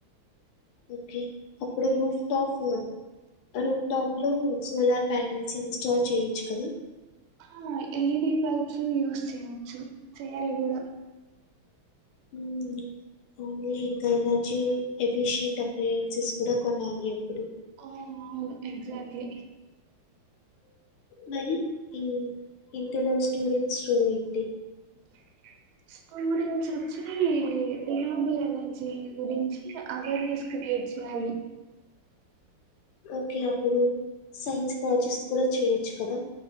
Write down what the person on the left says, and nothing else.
ఓకే అప్పుడు రూఫ్ టాఫ్ రూప్టాప్ లో సోలార్ ప్యానెల్స్ ఇన్స్టాల్ చేయ్యొచ్చు కదా
ఉ ఓన్లీ ఇంకా ఎనర్జీ ఎఫిషియంట్ అప్లయన్సెస్ కూడా కొనాలి అప్పుడు
మరి ఈ ఇంటిలో స్టూడెంట్స్ రోలేంటి
ఓకే అప్పుడు సైన్స్ ప్రాజెక్ట్స్ కూడా చేయొచ్చు కదా